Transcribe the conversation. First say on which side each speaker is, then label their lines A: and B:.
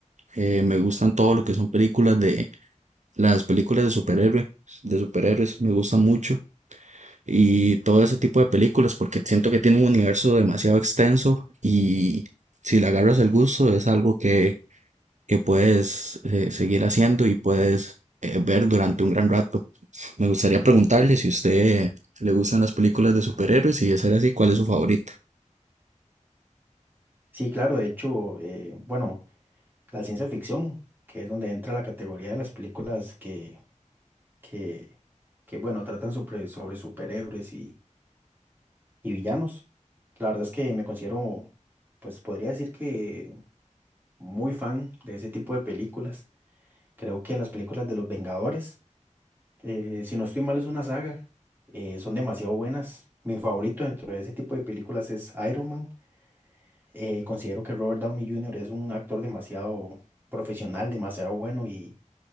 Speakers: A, on the right; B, on the right.
A: Eh, me gustan todo lo que son películas de las películas de superhéroes, de superhéroes, me gusta mucho y todo ese tipo de películas porque siento que tiene un universo demasiado extenso y si le agarras el gusto es algo que, que puedes eh, seguir haciendo y puedes eh, ver durante un gran rato. Me gustaría preguntarle si a usted le gustan las películas de superhéroes y de ser así, ¿cuál es su favorita?
B: Sí, claro, de hecho, eh, bueno. la ciencia ficción, que es donde entra la categoría de las películas que, que, que bueno, tratan sobre, sobre superhéroes y, y villanos. La verdad es que me considero, pues podría decir que muy fan de ese tipo de películas. Creo que las películas de los Vengadores, eh, si no estoy mal, es una saga, eh, son demasiado buenas. Mi favorito dentro de ese tipo de películas es Iron Man. Eh, considero que Robert Downey Jr. es un actor demasiado profesional, demasiado bueno y